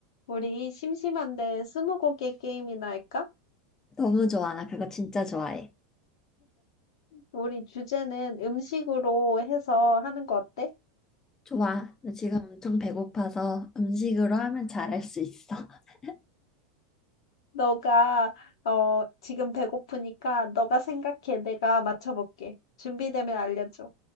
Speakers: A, on the left; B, on the left.
A: 우리 심심한데 스무고개 게임이나 할까?
B: 너무 좋아. 나 그거 진짜 좋아해.
A: 우리 주제는 음식으로 해서 하는 거 어때?
B: 좋아. 나 지금 엄청 배고파서 음식으로 하면 잘 할 수 있어. <laughs>
A: 너가 어 지금 배고프니까 너가 생각해. 내가 맞춰볼게. 준비되면 알려줘.